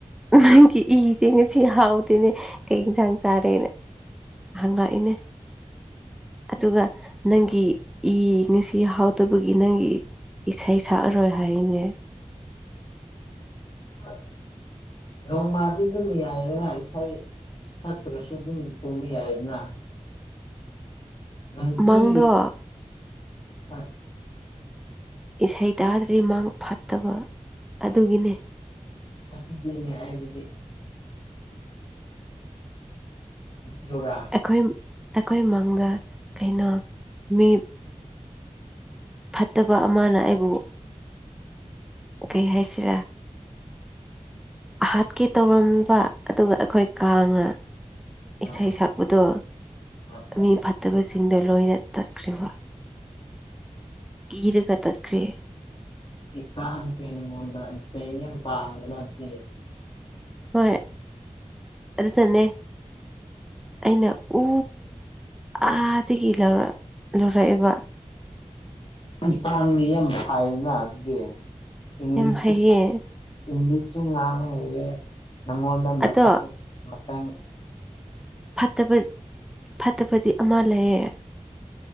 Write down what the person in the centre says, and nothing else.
ꯅꯪꯒꯤ ꯏꯔꯦ ꯉꯁꯤ ꯍꯥꯎꯗꯦꯅꯦ ꯀꯩ ꯏꯟꯁꯥꯡ ꯆꯥꯔꯦꯅꯦ ꯍꯪꯪꯂꯛꯏꯅꯦ ꯑꯗꯨꯒ ꯅꯪꯒꯤ ꯏ ꯉꯁꯤ ꯍꯥꯎꯗꯕꯒꯤ ꯅꯪꯒꯤ ꯏꯁꯩ ꯁꯛꯑꯔꯣꯏ ꯍꯥꯏꯅꯦ
ꯃꯪꯗꯣ
ꯏꯁꯩ ꯇꯥꯗ꯭ꯔꯗꯤ ꯃꯥꯥꯡ ꯐꯠꯇꯕ ꯑꯗꯨꯒꯤꯅꯤ
ꯑꯩꯈꯣꯏ ꯑꯩꯈꯣꯏ ꯏꯃꯪꯗ ꯀꯩꯅꯣ ꯃꯤ ꯐꯠꯇꯕ ꯑꯃꯅ ꯑꯩꯕꯨ ꯀꯩ ꯍꯥꯏꯁꯤꯔꯥ ꯍꯥꯠꯀꯦ ꯇꯧꯔꯝꯕ ꯑꯗꯨꯒ ꯑꯩꯈꯣꯏ ꯀꯥꯡꯅ
ꯏꯁꯩ ꯁꯛꯄꯗꯣ
ꯃꯤ
ꯐꯠꯇꯕꯁꯤꯡꯗꯣ ꯂꯣꯏꯅ ꯆꯠꯈ꯭ꯦꯔꯤꯕ ꯀ ꯒꯤꯔꯒ ꯇꯈ꯭ꯦ
ꯍꯣꯏ ꯑꯗꯨꯗ ꯆꯟꯅꯦ ꯑꯩꯅ ꯎ ꯑꯥꯗꯒꯤ ꯂꯧꯔ ꯂꯧꯔꯛꯑꯦꯕ
ꯌꯥꯝ ꯍꯩꯌꯦ
ꯑꯗꯣ
ꯐꯠꯇꯕ ꯐꯠꯇꯕꯗꯤ ꯑꯃ ꯂꯩꯌꯦ